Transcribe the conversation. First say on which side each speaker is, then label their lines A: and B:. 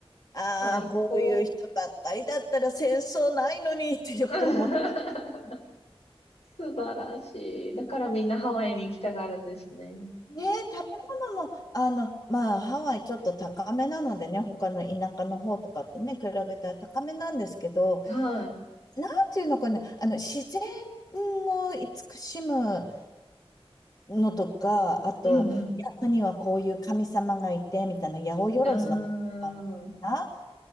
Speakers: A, on the left (about 40°); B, on the left (about 85°).
A: ああ、
B: 最高。
A: こういう人ばっかりだったら戦争ないのにってよく思っ
B: <laughs> 素晴らしい。だからみんなハワイに行きたがるんですね。
A: ねえ、食べ物も、あの、まあ、ハワイちょっと高めなのでね、他の田舎の方とかとね、比べたら高めなんですけど、
B: はい。
A: なんていうのかな、あの、自然を慈しむのとか、あと、
B: うん
A: 山にはこういう神様がいて、みたいな、八百万の神様
B: うん。
A: みたいな、
B: うーん。